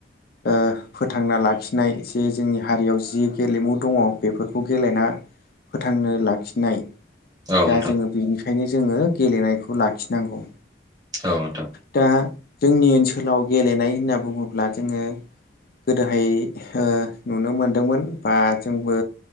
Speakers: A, on the left; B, on the right.
A: ओ फोथांना लाखिनाय जे जोंनि हारियाव जि गेलेमु दङ बेफोरखौ गेलेना फोथांनो लाखिनाय
B: औ नोंथां
A: जा जोङो बेनिखायनो जोङो गेलेनायखौ लाखिनांगौ।
B: औ नोंथां।
A: दा जोंनि ओनसोलाव गेलेनाय होनना बुङोब्ला जोङो गोदोहाय ओ नुनो मोनदोंमोन बा जोंबो